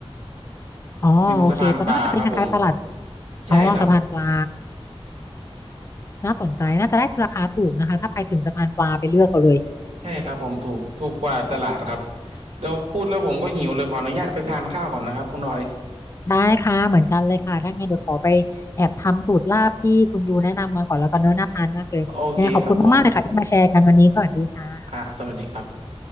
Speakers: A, on the left; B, on the right.
A: อ๋อโอเคตรงนั้นมันจะเป็นคล้ายๆตลาด
B: เป็นสะพานปลาครับผมใช่ครับ
A: อ๋อสะพานปลาน่าสนใจน่าจะได้ราคาถูกนะคะถ้าไปถึงสะพานปลาไปเลือกเอาเลย
B: ใช่ครับผมถูกถูกกว่าตลาดครับเดี๋ยวพูดแล้วผมก็หิวเลยขออนุญาตไปทานข้าวก่อนนะครับคุณรอย
A: ได้ค่ะเหมือนกันเลยค่ะถ้าไงเดี๋ยวขอไปแอบทำสูตรลาบที่คุณยูแนะนำมาก่อนแล้วกันเนอะน่าทานมากเลยเนี่ยงไงขอบคุณมากๆเลยค่ะที่มาแชร์กันวันนี้สวัสดีค่ะ
B: โอเคครับผมครับสวัสดีครับ